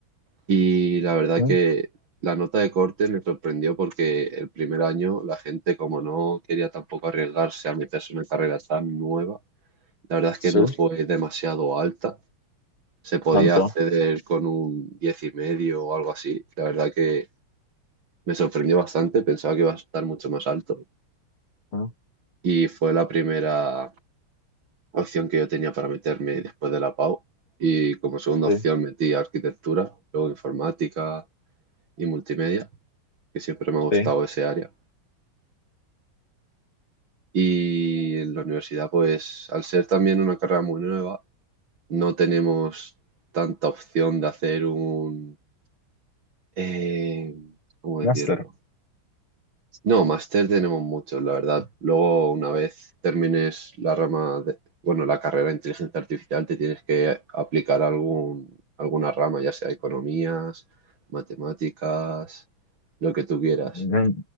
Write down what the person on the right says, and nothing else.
Y la verdad
que la nota de corte me sorprendió porque el primer año la gente, como no quería tampoco arriesgarse a meterse en una carrera tan nueva, la verdad es que
no fue demasiado alta. Se podía
acceder con un 10 y medio o algo así. La verdad que me sorprendió bastante, pensaba que iba a estar mucho más alto.
Y fue la primera opción que yo tenía para meterme después de la PAU. Y como segunda
opción metí arquitectura, luego informática y multimedia. que siempre me ha gustado
ese área. Y en la universidad, pues al ser también una carrera muy nueva, no tenemos tanta opción de hacer un... eh, ¿cómo decirlo?
No, máster tenemos muchos, la verdad. Luego, una vez termines la rama de, bueno, la carrera de inteligencia artificial, te tienes que aplicar algún, alguna rama, ya sea economías, matemáticas, lo que tú quieras.